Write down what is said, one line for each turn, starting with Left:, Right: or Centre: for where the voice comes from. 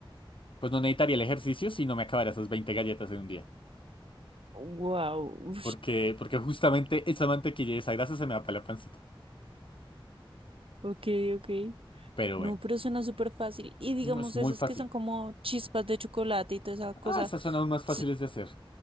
Left: Pues no necesitaría el ejercicio si no me acabara esas 20 galletas en un día.
Right: wow.
Left: Porque, porque justamente esa mantequilla y esa grasa se me va para la pancita.
Right: Ok, ok.
Left: Pero
Right: No,
Left: bueno,
Right: pero suena súper fácil. Y digamos
Left: no, es muy
Right: esas
Left: fácil.
Right: que son como chispas de chocolate y toda esa cosa.
Left: Ah, esas son aún más fáciles
Right: Ts-
Left: de hacer.